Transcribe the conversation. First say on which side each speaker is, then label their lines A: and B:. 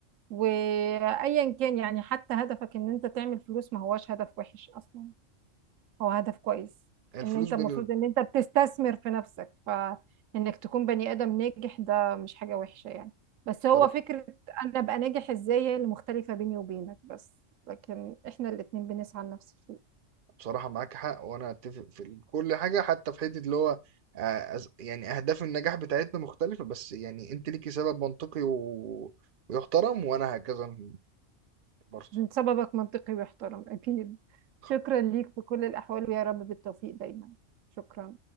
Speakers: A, on the right; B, on the right.
A: وايا كان يعني حتى هدفك ان انت تعمل فلوس ما هوش هدف وحش اصلا هو هدف كويس
B: الفلوس
A: ان انت
B: بال
A: المفروض ان انت بتستثمر في نفسك فانك تكون بني ادم ناجح ده مش حاجة وحشة يعني بس هو
B: بصراحه
A: فكرة انا ابقى ناجح ازاي هي اللي مختلفة بيني وبينك بس لكن احنا الاتنين بنسعى لنفس الشيء
B: بصراحة معاك حق وانا اتفق في كل حاجه حتى في حته اللي هو آه، أز- يعني اهداف النجاح بتاعتنا مختلفه بس يعني انت ليكي سبب منطقي و... ويحترم وانا هكذا برضه
A: سببك منطقي ويحترم اكيد
B: خلاص
A: شكرا ليك في كل الاحوال ويا رب بالتوفيق دايما شكرا